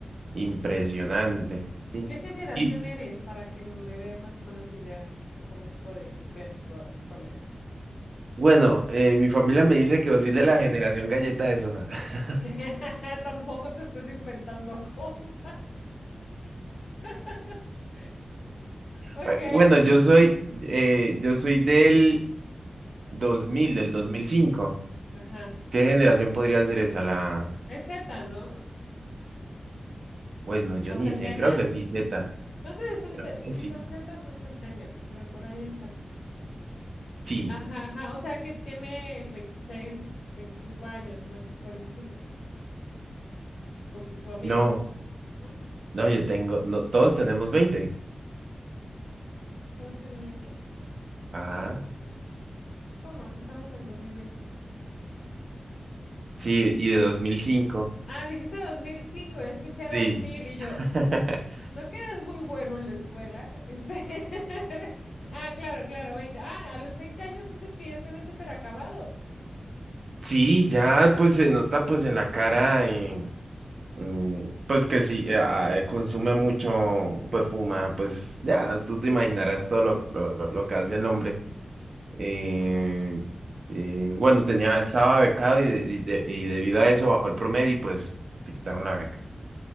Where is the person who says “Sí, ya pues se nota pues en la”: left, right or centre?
Right